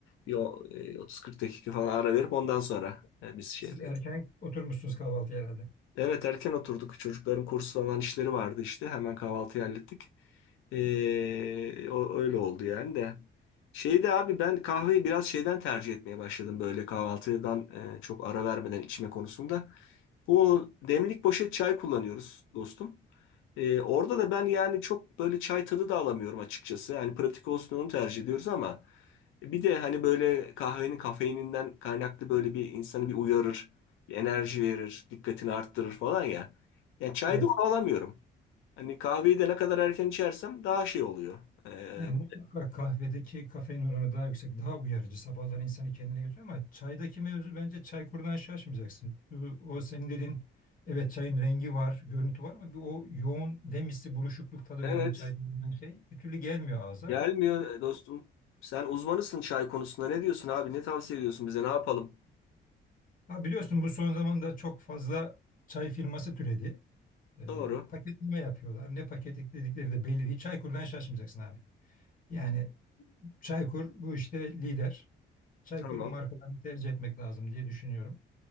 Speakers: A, on the left; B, on the left.
A: bir o- e, 30-40 dakika falan ara verip ondan sonra e, biz şey
B: Siz
A: yapıyoruz.
B: erken oturmuşsunuz kahvaltıya herhalde.
A: Evet erken oturduk. Çocukların kursu falan işleri vardı işte. Hemen kahvaltıyı hallettik. Ee, o, öyle oldu yani de. Şeyde abi ben kahveyi biraz şeyden tercih etmeye başladım böyle kahvaltıdan e, çok ara vermeden içme konusunda. Bu demlik poşet çay kullanıyoruz dostum. Ee, orada da ben yani çok böyle çay tadı da alamıyorum açıkçası. Yani pratik olsun onu tercih ediyoruz ama e, bir de hani böyle kahvenin kafeininden kaynaklı böyle bir insanı bir uyarır, bir enerji verir, dikkatini arttırır falan ya. Yani çayda
B: Evet.
A: onu alamıyorum. Hani kahveyi de ne kadar erken içersem daha şey oluyor. Ee,
B: Yani mutlaka kahvedeki kafein oranı daha yüksek, daha uyarıcı. Sabahları insanı kendine götürüyor ama çaydaki mevzu bence çaykurdan şaşmayacaksın. Bu- O senin dediğin evet çayın rengi var, görüntü var ama bir o yoğun demisi, buruşukluk tadı
A: evet,
B: veren çay denilen şey bir türlü gelmiyor ağza.
A: gelmiyor dostum. Sen uzmanısın çay konusunda. Ne diyorsun abi? Ne tavsiye ediyorsun bize? Ne yapalım?
B: Ha, biliyorsun bu son zamanda çok fazla çay firması türedi. Ee,
A: Doğru.
B: paketleme yapıyorlar. Ne paketledikleri de belli değil. Çaykur'dan şaşmayacaksın abi. Yani Çaykur bu işte lider. Çaykur'un
A: Tamam.
B: markalarını tercih etmek lazım diye düşünüyorum.